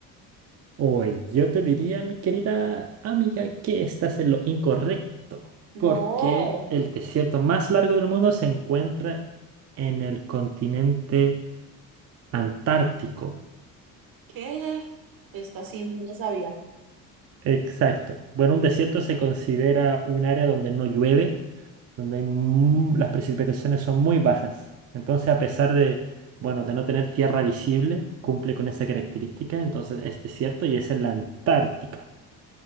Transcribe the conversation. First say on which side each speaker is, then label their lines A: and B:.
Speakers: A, on the right; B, on the right.
A: Hoy yo te diría, mi querida amiga, que estás en lo incorrecto,
B: No,
A: porque el desierto más largo del mundo se encuentra en el continente antártico.
B: ¿Qué? esta sí no me lo sabía.
A: Exacto. Bueno, un desierto se considera un área donde no llueve, donde hay mu- las precipitaciones son muy bajas. Entonces, a pesar de, bueno, de no tener tierra visible, cumple con esa característica, entonces es desierto y es en la Antártica.